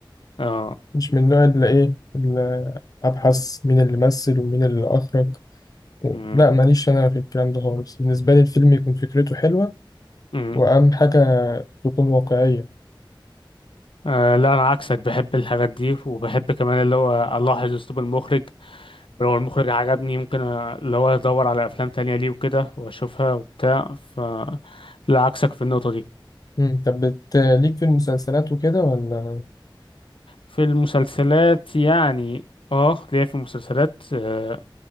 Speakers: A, on the left; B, on the left.
A: اه
B: مش من النوع اللي ايه اللي ابحث مين اللي مثل ومين اللي اخرج و-
A: مم،
B: لا ماليش انا في الكلام ده خالص بالنسبة لي الفيلم يكون فكرته حلوة
A: مم.
B: واهم حاجة تكون واقعية
A: آه لا انا عكسك بحب الحاجات دي وبحب كمان اللي هو الاحظ اسلوب المخرج ولو المخرج عجبني يمكن أ- اللي هو ادور على افلام تانية ليه وكده واشوفها وبتاع ف لا عكسك في النقطة دي
B: مم. طب بت... ليك في المسلسلات وكده ولا
A: في المسلسلات يعني اه ليا في المسلسلات آه،